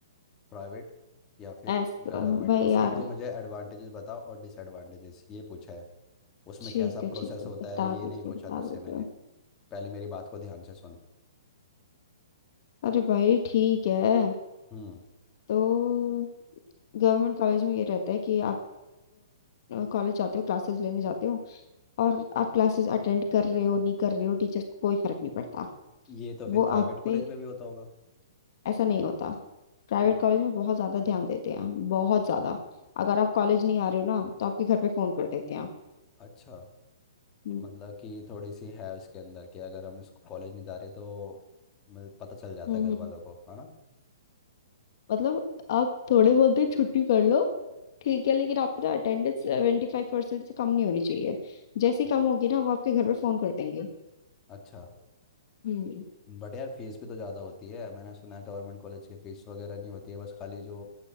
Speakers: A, on the left; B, on the left.
A: प्राइवेट या फिर
B: ऐसा
A: गवर्नमेंट
B: भाई
A: उसके
B: यार
A: तो मुझे एडवांटेजेस बताओ और डिसएडवांटेजेस ये पूछा है उसमें
B: ठीक
A: कैसा
B: है
A: प्रोसेस
B: ठीक है
A: होता
B: बता
A: है ये
B: देती
A: नहीं पूछा
B: हूँ बता
A: तुझसे
B: देती
A: मैंने
B: हूँ
A: पहले मेरी बात को ध्यान से सुन
B: अरे भाई ठीक है
A: हम्म
B: तो गवर्नमेंट कॉलेज में ये रहता है कि आप कॉलेज जाते हो क्लासेस लेने जाते हो और आप क्लासेस अटेंड कर रहे हो नहीं कर रहे हो टीचर्स को कोई फर्क नहीं पड़ता
A: ये तो फिर
B: वो
A: प्राइवेट
B: आप
A: कॉलेज
B: पे
A: में भी होता होगा
B: ऐसा नहीं होता प्राइवेट
A: क्यों
B: कॉलेज में बहुत ज्यादा ध्यान देते हैं बहुत ज्यादा अगर आप कॉलेज नहीं आ रहे हो ना तो आपके घर पे फोन कर देते हैं
A: अच्छा
B: हम्म
A: मतलब कि थोड़ी सी है उसके अंदर कि अगर हम इसको कॉलेज नहीं जा रहे तो मतलब पता चल जाता
B: हम्म,
A: है घर
B: हम्म।
A: वालों को है ना
B: मतलब आप थोड़े बहुत दिन छुट्टी कर लो ठीक है लेकिन आपकी ना अटेंडेंस सेवेंटी फाइव परसेंट से कम नहीं होनी चाहिए जैसे ही
A: हाँ,
B: कम होगी ना वो आपके घर पे फोन कर देंगे
A: अच्छा
B: हम्म
A: बट यार फीस भी तो ज़्यादा होती है मैंने सुना है गवर्नमेंट कॉलेज की फीस वगैरह नहीं होती है बस खाली जो